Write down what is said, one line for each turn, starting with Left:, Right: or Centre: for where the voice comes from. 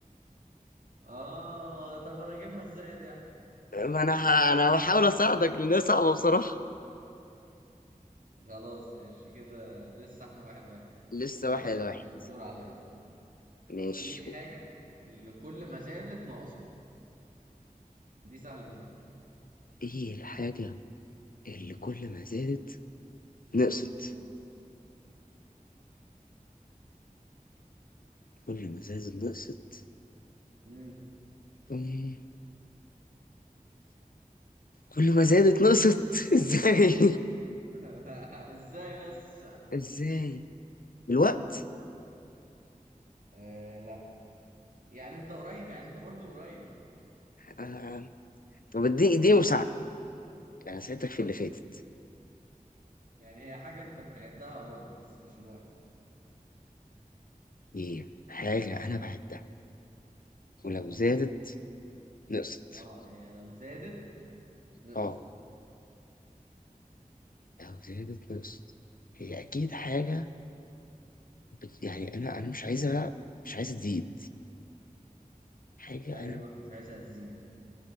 Right: اه طب انا اجيبها ازاي دي يعني؟
Left: ما انا ه... انا بحاول اساعدك لان صعبه بصراحه
Right: <laughs> خلاص ماشي كده لسه احنا واحد واحد
Left: لسه
Right: ماشي
Left: واحد واحد
Right: الدور عليا
Left: ماشي
Right: ايه الحاجة اللي كل ما زادت نقصت دي سهلة دي بقى
Left: ايه الحاجه اللي كل ما زادت نقصت
Right: نقص
Left: كل ما زادت نقصت
Right: امم
Left: أمم. كل ما زادت نقصت <laughs> ازاي
Right: <laughs> ازاي بس
Left: ازاي الوقت
Right: آه لا يعني انت قريب يعني انت برضو قريب
Left: آه. طب اديني اديني مساعدة انا ساعدتك في اللي فاتت
Right: يعني هي حاجة انت بتعدها برضو بس مش الوقت
Left: ايه حاجة انا بعدها ولو زادت نقصت
Right: اه هي لو زادت نقصت
Left: اه لو زادت نقصت هي اكيد حاجة بت... يعني انا انا مش عايزها مش عايزة تزيد حاجة
Right: ايوه
Left: انا
Right: مش عايزها تزيد